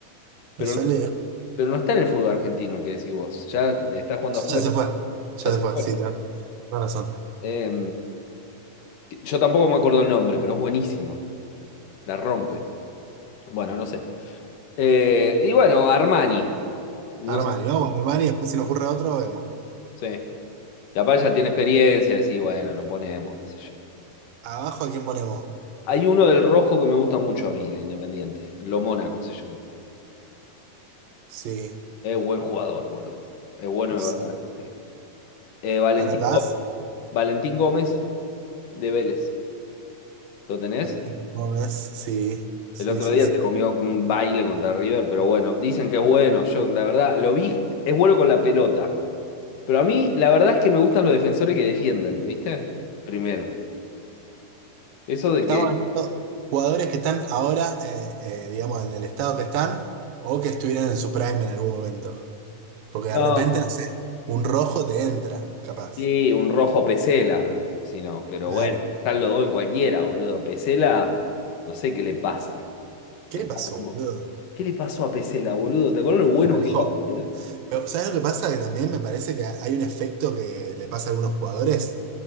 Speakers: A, on the left; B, on the right.
A: Pero,
B: Me sale.
A: pero no está en el fútbol argentino, el que decís vos. Ya está jugando afuera,
B: Ya se fue. Ya
A: ya se
B: se fue,
A: fue.
B: sí, tenés tenés razón.
A: Eh, yo tampoco me acuerdo el nombre, pero es buenísimo. La rompe. Bueno, no sé. Eh, y bueno, Armani. No
B: Armani,
A: sé.
B: vamos con Armani, después si nos ocurre otro, vemos.
A: Sí. Capaz ya tiene experiencia, decís, bueno, lo ponemos, qué sé yo.
B: Abajo, ¿a quién ponemos?
A: Hay uno del rojo que me gusta mucho a mí, de Independiente. Lo Mónaco se llama.
B: Sí,
A: Es buen jugador, boludo. Es bueno
B: sí.
A: de verdad, pibe. Eh, Valentín,
B: ¿Alatás?
A: Gó- Valentín Gómez de Vélez. ¿Lo tenés?
B: Valentín Gómez, sí, sí,
A: El otro
B: sí,
A: día
B: sí.
A: se comió un baile contra River, pero bueno, dicen que es bueno. Yo, la verdad, lo vi, es bueno con la pelota. Pero a mí, la verdad es que me gustan los defensores que defienden, ¿viste? Primero. Eso de que.
B: Estaban estos jugadores que están ahora, eh, eh, digamos, en el estado que están, o que estuvieran en su prime en algún momento. Porque
A: No.
B: de repente, no sé, un rojo te entra, capaz.
A: Sí, un rojo Pesela, si no, pero
B: Claro.
A: bueno, están los dos en cualquiera, boludo. Pesela, no sé qué le pasa.
B: ¿Qué
A: Está
B: le pasó,
A: como,
B: boludo?
A: ¿qué le pasó a Pesela, boludo? ¿Te acuerdas lo bueno
B: Se relajó.
A: que era Pesela?
B: Pero, ¿sabes lo que pasa? Que también me parece que hay un efecto que le pasa a algunos jugadores